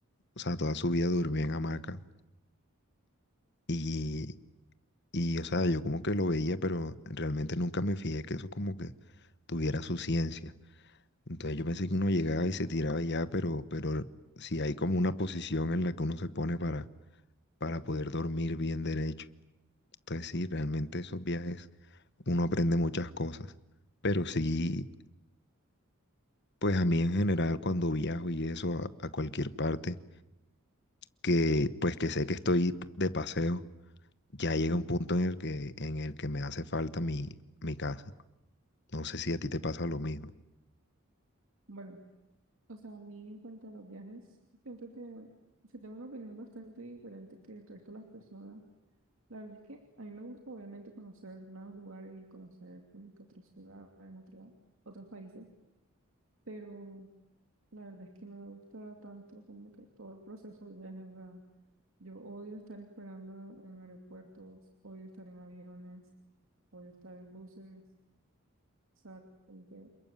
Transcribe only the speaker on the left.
o sea, toda su vida durmió en hamaca y, y, o sea, yo como que lo veía, pero realmente nunca me fijé que eso como que tuviera su ciencia. Entonces yo pensé que uno llegaba y se tiraba y ya, pero, pero sí hay como una posición en la que uno se pone para, para poder dormir bien derecho. Entonces sí, realmente esos viajes uno aprende muchas cosas, pero sí, pues a mí en general cuando viajo y eso a a cualquier parte, que pues que sé que estoy de paseo ya
llega un punto en el que, en el que me hace falta mi, mi casa. No sé si a ti te pasa lo mismo.